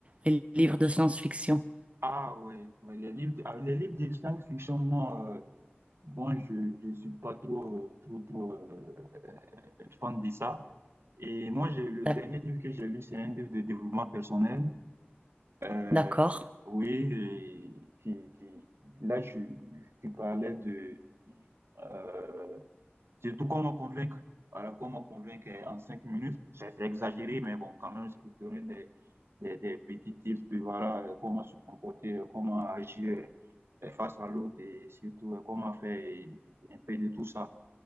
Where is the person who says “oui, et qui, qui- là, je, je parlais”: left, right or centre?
Right